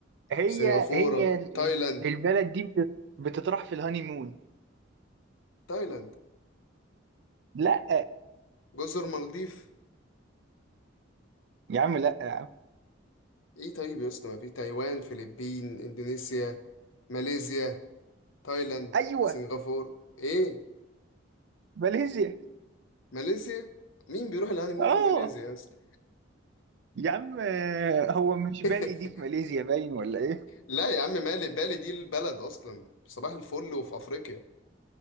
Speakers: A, on the right; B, on the left.
A: هي
B: سنغافورة
A: هي ال-
B: تايلاند
A: البلد دي بت- بتطرح في الهانيمون
B: تايلاند
A: لا
B: جزر مالديف
A: يا عم لا يا عم
B: إيه طيب يا أسطى ما في تايوان فلبين إندونيسيا ماليزيا تايلاند
A: ايوه
B: سنغافورة إيه
A: ماليزيا
B: ماليزيا مين بيروح الهانيمون
A: اه
B: في ماليزيا يا أسطى
A: يا عم آه، هو مش
B: <laughs>
A: بالي دي في ماليزيا باين ولا ايه
B: لا يا عم مالي بالي دي البلد اصلا صباح الفل وفي افريقيا